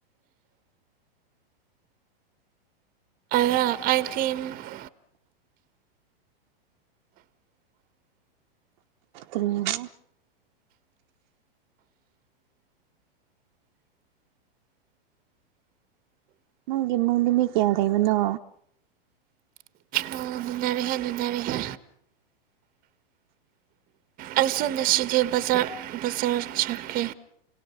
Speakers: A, on the right; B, on the right.
A: <unintelligible>
B: ꯎꯝ ꯅꯪꯒꯤ ꯏꯃꯨꯡꯗꯤ ꯃꯤ ꯀꯌꯥ ꯂꯩꯕꯅꯣ
A: ꯑꯣ ꯑꯗꯨꯅ ꯔꯍꯦ ꯅꯨꯅꯨꯡꯅꯔꯦꯍꯦ ꯑꯩꯁꯨ ꯉꯁꯤꯗꯤ ꯕꯖꯥꯔ ꯕꯖꯥꯔ ꯆꯠꯀꯦ